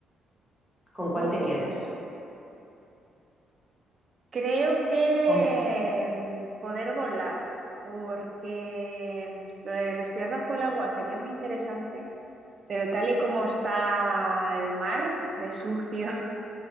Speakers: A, on the left; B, on the right.
A: ¿Con
B: Uh,
A: cuál te quedas?
B: creo que
A: Con...
B: mm, poder volar, porque mm, lo de respirar bajo el agua sería muy interesante, pero tal y como está el mar, de sucio <laughs>